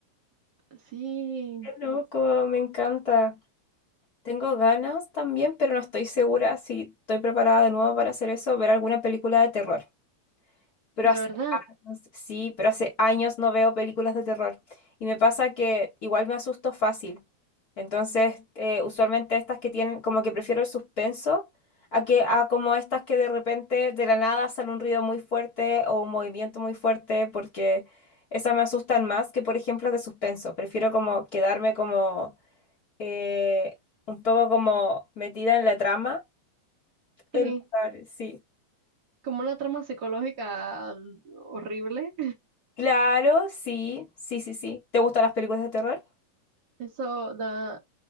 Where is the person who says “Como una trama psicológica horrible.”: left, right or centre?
Right